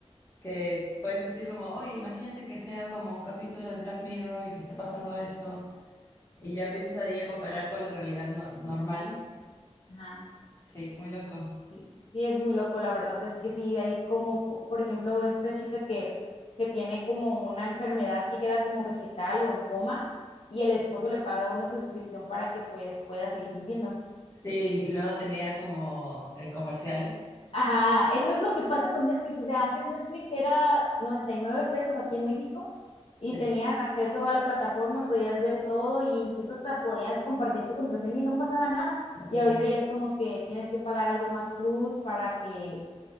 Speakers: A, on the left; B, on the left.
A: que puedes decir como, oye, imagínate que sea como un capítulo de Black Mirror y que esté pasando esto, y ya empiezas ahí a comparar con la realidad no- normal.
B: Ajá.
A: Sí, muy loco.
B: Sí, sí, es muy loco, la verdad es que sí, hay como, po- por ejemplo, esta chica que, que tiene como una enfermedad que queda como vegetal o en coma y el esposo le paga una suscripción para que pues pueda seguir viviendo.
A: Sí, y luego tenía como eh, comerciales.
B: Ajá, eso es lo que pasa con Netflix. O sea, antes Netflix era 99 pesos aquí en México y
A: Sí,
B: tenías acceso a la plataforma y podías ver todo e incluso hasta podías compartir tu contraseña y no pasaba nada.
A: no pasaba
B: Y ahorita
A: nada.
B: ya es como que tienes que pagar algo más plus para que,